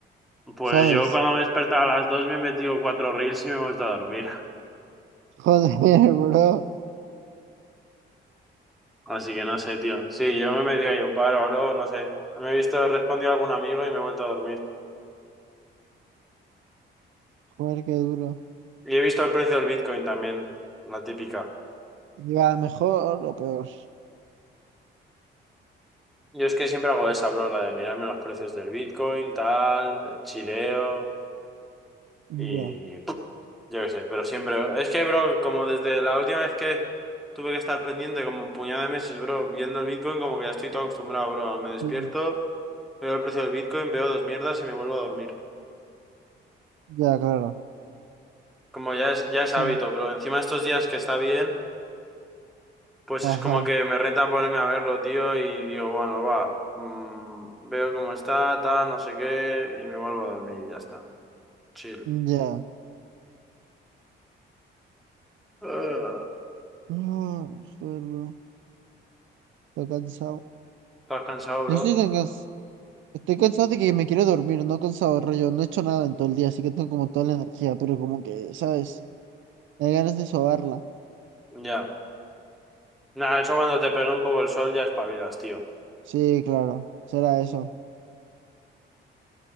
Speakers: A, in the centre; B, on the right.
A: Pues
B: ¿sabes?
A: yo cuando me he despertado a las 2 me he metido cuatro reels y me he vuelto a dormir.
B: Joder, <laughs> bro.
A: <laughs> Así que no sé, tío. Sí, yo me he metido ahí un paro, bro, no sé. Me he visto, he respondido a algún amigo y me he vuelto a dormir.
B: Joder, qué duro.
A: Y he visto el precio del Bitcoin también, la típica.
B: ¿Iba mejor o peor?
A: Yo es que siempre hago esa, bro, la de mirarme los precios del Bitcoin, tal, chileo y...
B: Ya,
A: ¡pum! Yo qué sé, pero siempre... Es que, bro, como desde la última vez que tuve que estar pendiente como un puñado de meses, bro, viendo el Bitcoin, como que ya estoy todo acostumbrado, bro. Me despierto,
B: sí,
A: veo el precio del Bitcoin, veo dos mierdas y me vuelvo a dormir.
B: ya, claro.
A: Como ya es, ya es hábito,
B: Joder.
A: bro. Encima estos días que está bien... Pues
B: Ajá,
A: es como que me renta ponerme a verlo, tío, y digo, bueno, va, mm, veo cómo está, tal, no sé qué, y me vuelvo a dormir y ya está. Chill.
B: ya.
A: Ah,
B: Ah, joder, bro. Estoy cansado.
A: ¿Estás cansado, bro?
B: No estoy tan cansado. Estoy cansado de que me quiero dormir, no cansado, rollo. No he hecho nada en todo el día, así que tengo como toda la energía, pero como que, ¿sabes? Hay ganas de sobarla.
A: Ya. Nada, eso cuando te pega un poco el sol ya espabilas, tío.
B: Sí, claro, será eso.